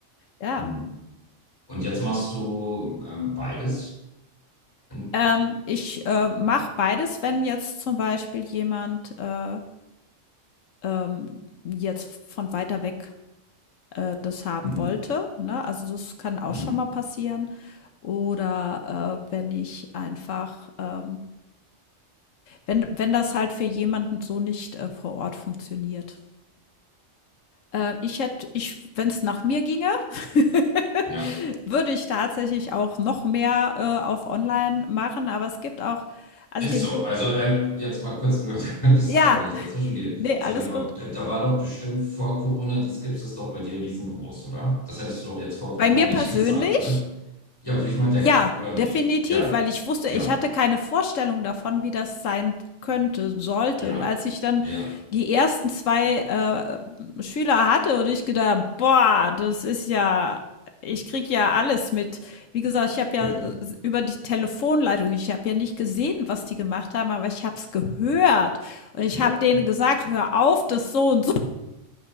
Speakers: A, on the left; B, on the left.
A: Ja.
B: Hm. Und jetzt machst du ähm, beides? Hm.
A: Ähm, ich äh, mache beides, wenn jetzt zum Beispiel jemand äh, ähm, jetzt von weiter weg äh, das haben
B: Hm.
A: wollte. Ne? Also das kann auch
B: Hm.
A: schon mal passieren. Oder äh, wenn ich einfach, ähm, wenn, wenn das halt für jemanden so nicht äh, vor Ort funktioniert. Äh, ich hätte, ich, wenn es nach mir ginge, <laughs>
B: Ja,
A: würde ich tatsächlich auch noch mehr äh, auf Online machen. Aber es gibt auch, also
B: ist
A: dem,
B: so. Also ähm, jetzt mal kurz, <laughs> sorry,
A: ja,
B: wenn ich dazwischen gehe.
A: nee, alles
B: Sabine,
A: gut.
B: da war doch bestimmt vor Corona, die Skips ist doch bei dir riesengroß, oder? Das hättest du doch jetzt vor Corona
A: Bei mir
B: nicht
A: persönlich
B: <laughs> gesagt, Ja, würde ich mal denken,
A: Ja,
B: oder nicht?
A: definitiv,
B: Ja,
A: weil ich wusste
B: ja,
A: ich hatte keine Vorstellung davon, wie das sein könnte, sollte.
B: ja,
A: Und als ich dann
B: ja,
A: die ersten 2 äh, Schüler hatte und ich gedacht: „Boah, das ist ja ich krieg ja alles mit.“ Wie gesagt, ich habe ja,
B: ja,
A: äh, über die Telefonleitung ich habe ja nicht gesehen, was die gemacht haben, aber ich habe es gehört. Und ich
B: ja,
A: habe denen
B: ja.
A: gesagt: „Hör auf, das so und so.“